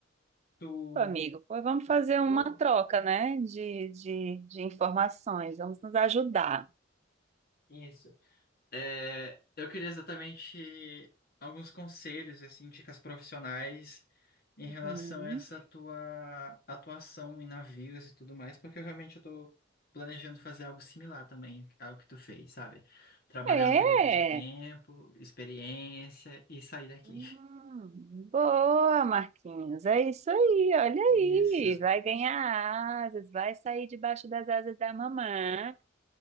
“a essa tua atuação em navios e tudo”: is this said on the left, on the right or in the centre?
Left